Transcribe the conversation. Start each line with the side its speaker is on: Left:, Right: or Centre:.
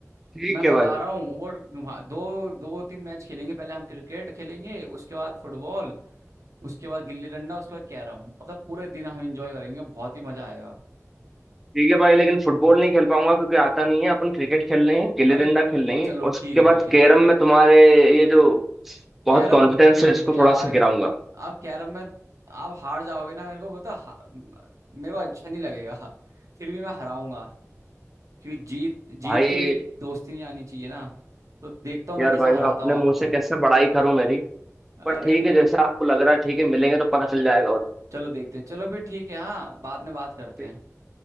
Centre: ठीक
Right: मैं
Centre: है
Right: बता
Centre: भाई
Right: रहा हूँ और वहाँ- दो दो तीन मैच खेलेंगे पहले हम क्रिकेट खेलेंगे उसके बाद फुटबॉल उसके बाद गिल्ली डंडा उसके बाद कैरम मतलब पूरे दिन हम एंजॉय करेंगे बहुत ही मजा आएगा
Centre: ठीक है भाई लेकिन फुटबॉल नहीं खेल पाऊंगा क्योंकि आता नहीं है अपन क्रिकेट खेल रहे हैं गिल्ली
Right: अरे
Centre: डंडा खेल रहे हैं
Right: चलो ठीक
Centre: उसके
Right: है फिर
Centre: बाद
Right: ठीक
Centre: कैरम में तुम्हारे ये जो बहुत
Right: कैरम
Centre: कॉन्फिडेंस है इसको
Right: यार
Centre: थोड़ा सा गिराऊंगा
Right: आप कैरम में आप हार जाओगे ना मेरे को मतलब हा- मेरे को अच्छा नहीं लगेगा फिर भी मैं हराऊंगा क्योंकि जीत जीत
Centre: भाई
Right: के भी दोस्ती नहीं आनी चाहिए ना तो देखता हूँ
Centre: यार
Right: मैं कैसा
Centre: भाई मैं
Right: हराता
Centre: अपने
Right: हूँ आपको
Centre: मुंह से कैसे बड़ाई करूं मेरी पर
Right: अरे
Centre: ठीक है जैसा आपको लग रहा है ठीक है मिलेंगे तो पता चल जाएगा और
Right: चलो देखते हैं चलो फिर ठीक है हाँ बाद में बात करते
Centre: ठीक
Right: हैं